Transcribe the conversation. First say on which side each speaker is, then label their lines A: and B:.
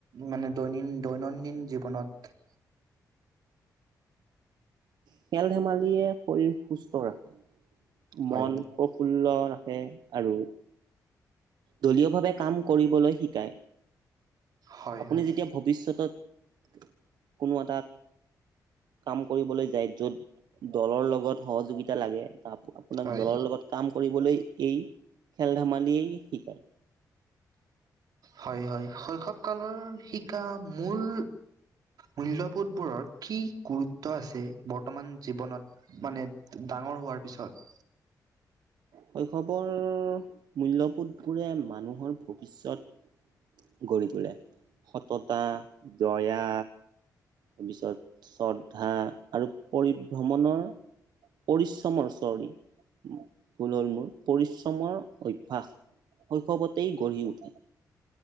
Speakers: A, on the right (about 65°); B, on the right (about 85°).
A: মানে দৈনিন দৈনন্দিন জীৱনত
B: খেল-ধেমালিয়ে শৰীৰ সুস্থ ৰাখে।
A: হয়।
B: মন প্ৰফুল্ল ৰাখে, আৰু দলীয় ভাৱে কাম কৰিবলৈ শিকায়।
A: হয়,
B: আপুনি
A: হয়।
B: যেতিয়া ভৱিষ্যতত কোনো এটা কাম কৰিবলৈ যায়, য'ত দলৰ লগত সহযোগিতা লাগে, তাত আপোনাক
A: হয়,
B: দলৰ লগত কাম কৰিবলৈ এই খেল-ধেমালিয়েই শিকায়।
A: হয়, হয়, শৈশৱ কালৰ শিকা মূল মূল্যবোধ বোৰৰ কি গুৰুত্ব আছে বৰ্তমান জীৱনত মানে ডাঙৰ হোৱাৰ পিছত।
B: শৈশৱৰ মূল্যবোধ বোৰে মানুহৰ ভৱিষ্যত গঢ়ি তোলে, সততা, দয়া তাৰ পিছত শ্ৰদ্ধা আৰু পৰিভ্ৰমণৰ পৰিশ্ৰমৰ চৰি! ভুল হ'ল মোৰ, পৰিশ্ৰমৰ অভ্যাস। শৈশৱতেই গঢ়ি উঠে।